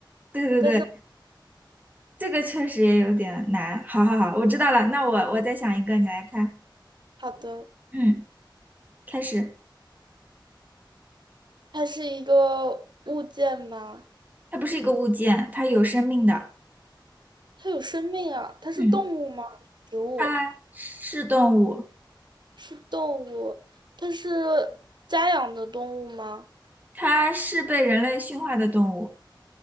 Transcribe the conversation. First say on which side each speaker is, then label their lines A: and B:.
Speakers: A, on the right (about 20°); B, on the right (about 65°).
A: 对对对，
B: 但是。
A: 这个确实也有点难。好好好，我知道了。那我我再想一个，你来猜。
B: 好的，
A: 嗯，开始。
B: 它是一个物件吗？
A: 它不是一个物件，它有生命的。
B: 它有生命啊？它是动物吗？
A: 嗯，
B: 植物
A: 它是动物，
B: 是动物，它是家养的动物吗？
A: 它是被人类驯化的动物。